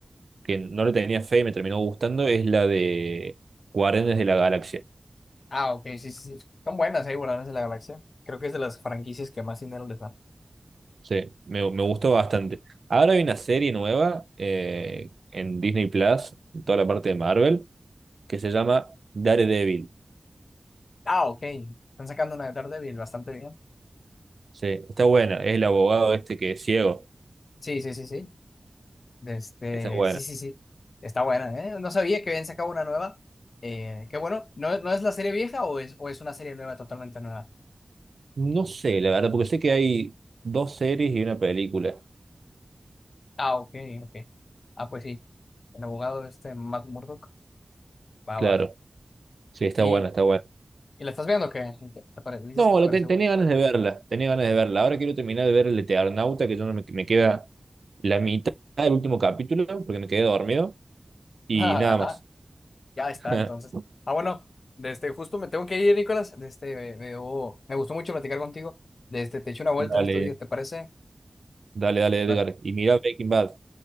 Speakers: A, on the right; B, on the left.
A: que no le tenía fe y me terminó gustando es la de Guardianes de la Galaxia.
B: Ah, ok, sí, sí, sí. Son buenas ahí, Guardianes de la Galaxia. Creo que es de las franquicias que más dinero les dan.
A: Sí, me, me gustó bastante. Ahora hay una serie nueva eh, en Disney Plus, en toda la parte de Marvel, que se llama Daredevil.
B: Ah, ok. Están sacando una de Daredevil bastante bien.
A: Sí, está buena. Es el abogado este que es ciego.
B: Sí, sí, sí, sí. De Este,
A: Está buena.
B: sí, sí, sí. Está buena, ¿eh? No sabía que habían sacado una nueva. Eh, qué bueno. ¿No, no es la serie vieja o es, o es una serie nueva, totalmente nueva?
A: No sé, la verdad, porque sé que hay dos series y una película.
B: Ah, ok, ok. Ah, pues sí. El abogado este, Matt Murdock. Va,
A: Claro.
B: va.
A: Sí, está
B: ¿Y,
A: buena, está buena.
B: y la estás viendo o qué? ¿Qué ¿Te pare- Dices
A: No,
B: que te
A: la
B: pareció
A: ten- tenía
B: buena.
A: ganas de verla, tenía ganas de verla. Ahora quiero terminar de ver el Eternauta, que yo no me, me queda la mitad del último capítulo porque me quedé dormido
B: <laughs>
A: y
B: Ajá.
A: nada más.
B: Ya está,
A: <laughs>
B: entonces. Ah, bueno, desde justo me tengo que ir, Nicolás. Desde, me, me- oh, me gustó mucho platicar contigo. Desde, te echo una vuelta
A: Dale,
B: en estos días, ¿te parece?
A: dale, dale, Edgar.
B: Va,
A: Y mira Breaking Bad.